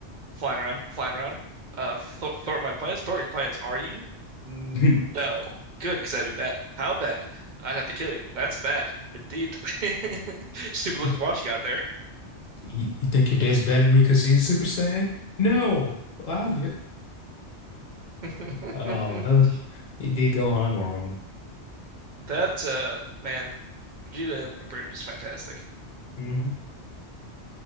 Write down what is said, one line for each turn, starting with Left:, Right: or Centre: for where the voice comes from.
Right: flying around, flying around. Uh, th thwart my plans, thwart your plans. Are you? No.
Left: <laughs>
Right: Good, because that'd be bad. How bad? I'd have to kill you. That's bad, indeed. <laughs> Stupid looking
Left: You,
Right: watch you got there.
Left: you, you think your dad's better than me because he's a super saiyan? No, well, I do.
Right: <laughs>
Left: Oh, uh, it did Gohan wrong.
Right: That uh, man, Vegeta and Abridged is fantastic.
Left: hmm